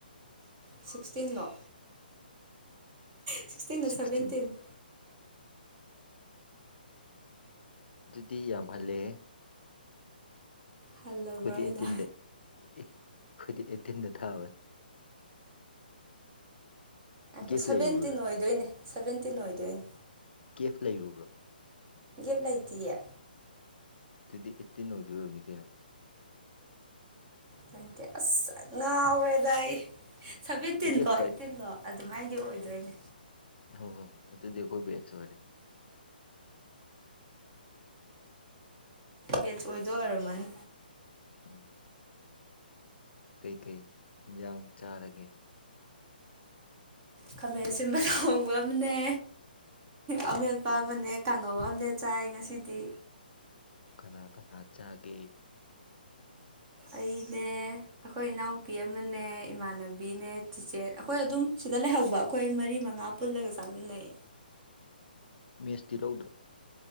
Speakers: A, on the right; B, on the left.
A: ꯁꯤꯛꯁꯇꯤꯟꯂꯣ ꯁꯤꯛꯁꯇꯤꯟꯗ ꯁꯚꯦꯟꯇꯤꯟ
B: ꯁꯤꯛꯁꯇꯤꯟ ꯑꯗꯨꯗꯤ ꯌꯥꯝ ꯍꯜꯂꯦꯍꯦ
A: ꯍꯜꯂꯕ꯭ꯔꯣ
B: ꯑꯩꯈꯣꯢꯗꯤ
A: ꯑꯩꯅ
B: ꯑꯦꯠꯇꯤꯟꯅꯦ ꯑꯩꯈꯣꯢꯗꯤ ꯑꯦꯠꯇꯦꯟꯗ ꯊꯥꯕꯅꯦ
A: ꯉꯥꯢꯈꯣ
B: ꯒꯦꯐ
A: ꯁꯕꯦꯟꯇꯤꯟ
B: ꯂꯩꯔꯨꯕ꯭ꯔꯥ
A: ꯑꯣꯏꯗꯣꯏꯅꯦ ꯁꯕꯦꯟꯇꯤꯟ ꯑꯣꯏꯗꯣꯏꯅꯦ
B: ꯒꯦꯐ ꯂꯩꯔꯨꯕ꯭ꯔꯣ
A: ꯒꯦꯞ ꯂꯩꯇꯤꯌꯦ
B: ꯑꯗꯨꯗꯤ ꯑꯦꯠꯇꯤꯟ ꯑꯣꯏꯗꯣꯏ ꯑꯣꯢꯔꯝꯅꯤ ꯀꯩꯅꯣ
A: ꯈꯪꯗꯦ ꯑꯁ ꯉꯥꯎꯔꯦꯗ ꯑꯩ ꯁꯦꯚꯦꯟꯇꯤꯟꯒꯣ
B: ꯒꯦꯐ
A: ꯑꯩꯠꯇꯤꯟꯗꯣ
B: ꯀꯔꯤ
A: ꯑꯗꯨꯃꯥꯏꯅꯗꯤ ꯑꯣꯏꯗꯣꯏꯅꯦ
B: ꯍꯣ ꯍꯣꯢ ꯑꯗꯨꯗꯤ ꯑꯩꯈꯣꯏ ꯕꯦꯁ ꯑꯣꯏꯔꯦ
A: ꯕꯦꯠꯁ ꯑꯣꯏꯗꯣꯏ ꯑꯣꯏꯔꯝꯃꯅꯤ
B: ꯎꯝ ꯀꯩꯀꯩ ꯏꯟꯖꯥꯥꯡ ꯆꯥꯔꯒꯦ
A: ꯈꯥꯃꯦꯟ ꯑꯁꯤꯟꯕ ꯊꯣꯡꯕ ꯑꯃꯅꯦ ꯑꯃꯦꯠꯄ ꯑꯃꯅꯦ ꯀꯥꯡꯉꯧ ꯑꯃꯅꯦ ꯆꯥꯏ ꯉꯁꯤꯗꯤ
B: ꯀꯅꯥ ꯀꯅꯥ ꯆꯥꯒꯦ
A: ꯑꯩꯅꯦ ꯑꯩꯈꯣꯏ ꯏꯅꯥꯎꯄꯤ ꯑꯃꯅꯦ ꯏꯃꯥꯟꯅꯕꯤꯅꯦ ꯆꯤꯆꯦ ꯑꯩꯈꯣꯏ ꯑꯗꯨꯝ ꯁꯤꯗ ꯂꯩꯍꯧꯕ ꯑꯩꯈꯣꯏ ꯃꯔꯤ ꯃꯉꯥ ꯄꯨꯜꯂꯒ ꯆꯥꯃꯤꯟꯅꯌꯦ
B: ꯎꯝ ꯃꯦꯁꯇꯤ ꯂꯧꯗ꯭ꯔꯣ